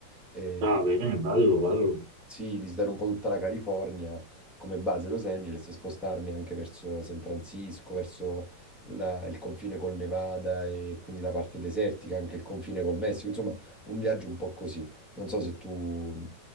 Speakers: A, in the centre; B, on the right.
A: E,
B: Ah, bene, bello, bello.
A: sì, visitare un po' tutta la California come base Los Angeles e spostarmi anche verso San Francisco, verso la- il confine col Nevada e quindi la parte desertica, anche il confine col Messico, insomma, un viaggio un po' così. Non so se tu